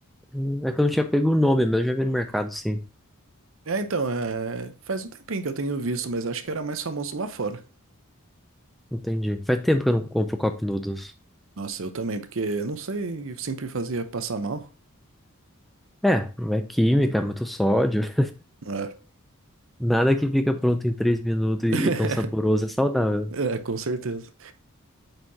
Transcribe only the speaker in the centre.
Hum, É que eu não tinha pego o nome, mas eu já vi no mercado, sim.
Entendi. Faz tempo que eu não compro cup noodles.
É, não é química, é muito sódio. <laughs>
Nada que fica pronto em três minutos
e e tão saboroso é saudável.